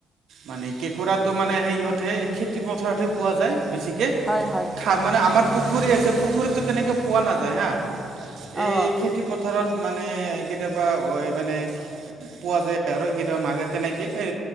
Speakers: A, on the right; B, in the centre.
A: মানে কেঁকোৰাটো মানে সেই ইহঁতহে, খেতি পথাৰত হে পোৱা যায়। বেছিকে
B: হয় হয়
A: খা মানে আমাৰ পুখুৰী আছে পুখুৰীতো তেনেকে পোৱা নাযায় হা।
B: অ
A: এই খেতি পথাৰত মানে কেতিয়াবা মানে পোৱা যায়, আৰু কেতিয়াবা মাৰিলে তেনেকে এ